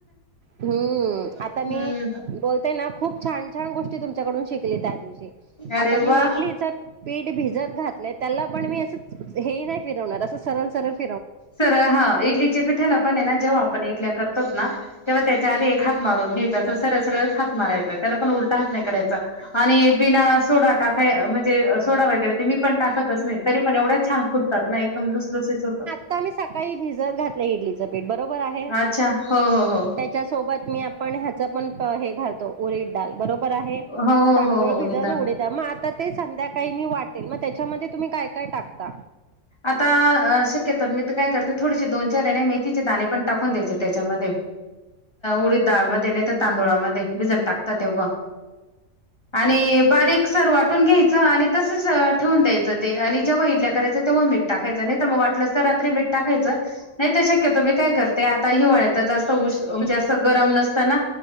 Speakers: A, on the right; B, on the left.
A: हम्म आता
B: हम्म
A: मी बोलते ना खूप छान छान गोष्टी तुमच्या तुमच्याकडून शिकले त्या दिवशी
B: अरे
A: आता मी
B: वा!
A: इडलीच पिठं भिजत घातलं त्याला पण मी असं हे नाही फिरवणार असं सरळ सरळ घात
B: सरळ हा इडलीच्या पिठाल पाण्यानं जेव्हा आपण इडल्या कर ना तेव्हा त्याच्या आधी एक हात मारून घ्यायचा अस सरळ सरळच हात मारयचा त्याला पण उलटा हात नाही करायचा आणि बिना सोडा टाकायच म्हणजे सोडा वगैरे ते मी पण टाकतच नाही तरी पण एवढंच छान फुल त्यात ना एक पण लुसलुशीत होतात.
A: आम्ही सकाळी भिजत घातय इडलीं पीठ ब आहे
B: अच्छा हो हो हो.
A: त्याच्या सोबत मी आपण ह्याच पण हा हे घालतो उळीद डाल बरोबर आहे
B: हो हो
A: तांदूळ
B: हो हो
A: भिजत
B: उडीद डाळ
A: उळीद मग आता ते संध्याकाळी मी वाट मग त्याच्यामध्ये तुम्ही काय काय टाक ता.
B: आता शक्यतोर मी त काय थोडेसे दोन चार आहे मेथीचे दाणे पण टाकून द्यायचे त्याच्यामध्ये उडीत डाळमध्ये नाही तर तांदुळामध्ये भिजत टाकत तेव्हा आणि बारीक सर वाटून घ्यायचं आणि तसेच ठेवून द्यायचं ते आणि जेव्हा इडल्या करायच तेव्हा मीठ टाकायचं नाही तर मग वाटलंस तर रात्री मीठ टाकायचं नाही तर शक्यतो मी काय करते आता हिवाळ्यात जास्त उष म्हणजे असं गरम नसतना